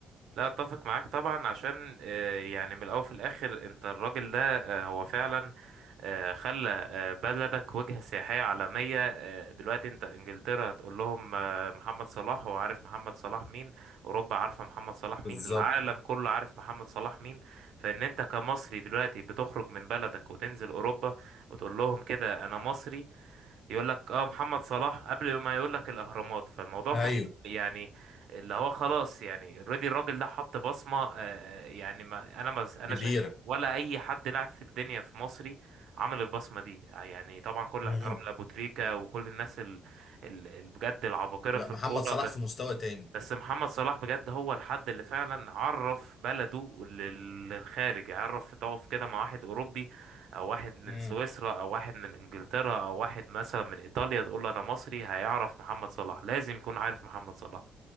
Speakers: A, on the right; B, on the left.
A: لا اتفق معاك طبعا عشان آه، يعني من الاول في الاخر انت الراجل ده آه، هو فعلا آه، خلى آه، بلدك وجهة سياحية عالمية آه، دلوقتي انت انجلترا هتقول لهم آه، محمد صلاح هو عارف محمد صلاح مين اوروبا عارفة محمد صلاح مين
B: بالظبط
A: العالم كله عارف محمد صلاح مين فان انت كمصري دلوقتي بتخرج من بلدك وتنزل اوروبا وتقول لهم كده انا مصري يقول لك اه محمد صلاح قبل ما يقول لك الاهرامات فالموضوع
B: ايوه
A: فعلا يعني اللي هو خلاص يعني اوريدي الراجل ده حط بصمه آه، آه، يعني ما انا ما انا
B: كبيره
A: شايف ولا اي حد لاعب في الدنيا في مصري عمل البصمه دي آه، يعني طبعا كل الاحترام
B: مم.
A: لابو تريكا وكل الناس ال... ال... ال- بجد العباقره
B: لا
A: في
B: محمد
A: الكوره
B: صلاح
A: بس
B: في مستوى تاني
A: بس محمد صلاح بجد هو الحد اللي فعلا عرف بلده لل- للخارج عرف يقف كده مع واحد أوروبي أو واحد من
B: مم.
A: سويسرا أو واحد من إنجلترا أو واحد مثلا من إيطاليا تقول له أنا مصري هيعرف محمد صلاح لازم يكون عارف محمد صلاح